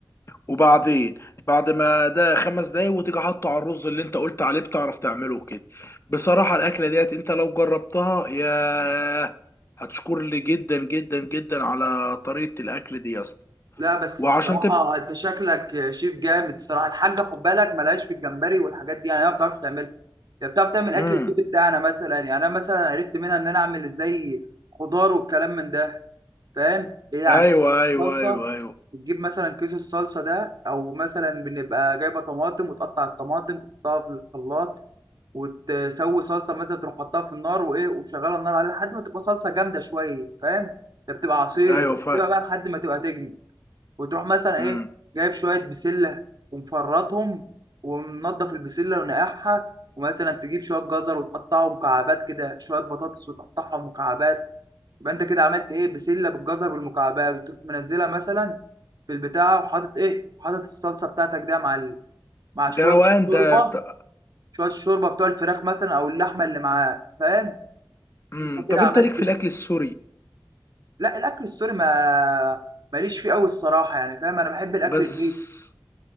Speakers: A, on the left; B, on the right.
A: وبعدين بعد ما ده خمس دقايق وتيجي حاطه على الرز اللي انت قلت عليه بتعرف تعمله كده بصراحه الاكله ديت انت لو جربتها يا هتشكر لي جدا جدا جدا على طريقه الاكل دي يا اسطى
B: لا بس
A: وعشان
B: الصراحه
A: تب
B: انت شكلك شيف جامد الصراحه الحاجه خد بالك ملهاش في الجمبري والحاجات دي يعني هي ما بتعرفش تعملها هي بتعرف تعمل
A: امم
B: اكل البيت بتاعنا مثلا يعني انا مثلا عرفت منها ان انا اعمل ازاي خضار والكلام من ده فاهم هي عندنا
A: ايوه
B: الصلصه
A: ايوه ايوه ايوه
B: بتجيب مثلا كيس الصلصه ده او مثلا بنبقى جايبه طماطم وتقطع الطماطم تحطها في الخلاط وتسوي صلصه مثلا تروح حطها في النار وايه وشغاله النار عليها لحد ما تبقى صلصه جامده شويه فاهم ده بتبقى عصير
A: ايوه فاهم
B: تبقى بقى لحد ما تبقى تجمد وتروح مثلا
A: امم
B: ايه جايب شويه بسله ومفرطهم ومنضف البسله ونقعها ومثلا تجيب شويه جزر وتقطعهم مكعبات كده شويه بطاطس وتقطعهم مكعبات يبقى انت كده عملت ايه بسله بالجزر بالمكعبات وتروح منزلها مثلا في البتاع وحاطط ايه حاطط الصلصه بتاعتك ده مع ال... مع شويه
A: ده روقان
B: الشوربه
A: ده ط-
B: شويه الشوربه بتوع الفراخ مثلا او اللحمه اللي معاه فاهم
A: امم
B: انت كده
A: طب
B: عملت
A: انت ليك في الاكل السوري
B: لا الاكل السوري ما ماليش فيه قوي الصراحه يعني فاهم انا بحب الاكل
A: بس
B: البيت